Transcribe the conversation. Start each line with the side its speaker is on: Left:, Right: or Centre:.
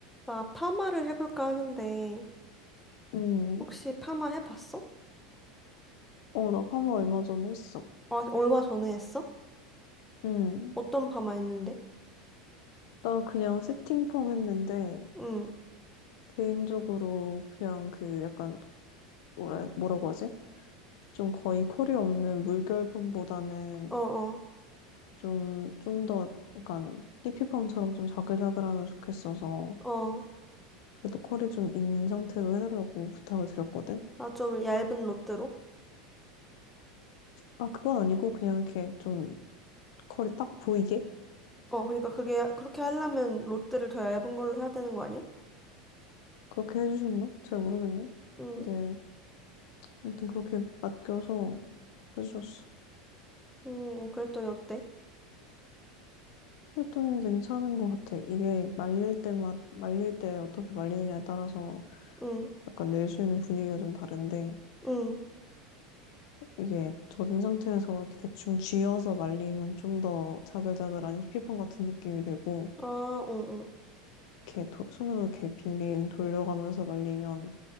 Centre: 나 파마를 해볼까 하는데,
Left: 응
Centre: 혹시 파마 해봤어?
Left: 어, 나 파마 얼마 전에 했어.
Centre: 아, 얼마 전에 했어?
Left: 응
Centre: 어떤 파마 했는데?
Left: 나 그냥 세팅 펌 했는데,
Centre: 응,
Left: 개인적으로 그냥 그 약간, 뭐라, 뭐라고 하지? 좀 거의 컬이 없는 물결 펌보다는
Centre: 어어,
Left: 좀, 좀 더 약간 히피 펌처럼 좀 자글자글하면 좋겠어서,
Centre: 어.
Left: 그래도 컬이 좀 있는 상태로 해달라고 부탁을 드렸거든?
Centre: 나 좀 얇은 롯데로?
Left: 아, 그건 아니고 그냥 이렇게 좀 컬이 딱 보이게?
Centre: 어, 그러니까 그게, 그렇게 하려면 롯데를 더 얇은 걸로 해야 되는 거 아니야?
Left: 그렇게 해주셨나? 잘 모르겠네.
Centre: 응,
Left: 근데, 아무튼 그렇게 맡겨서 해주셨어.
Centre: 응, 응. 그랬더니 어때?
Left: 그랬더니 괜찮은 것 같아. 이게 말릴 때마, 말릴 때 어떻게 말리느냐에 따라서
Centre: 응,
Left: 약간 낼 수 있는 분위기가 좀 다른데,
Centre: 응,
Left: 이게 젖은 상태에서 이렇게 대충 쥐어서 말리면 좀 더 자글자글한 히피펌 같은 느낌이 되고,
Centre: 아, 응, 응,
Left: 이렇게 도- 손으로 이렇게 빙빙 돌려가면서 말리면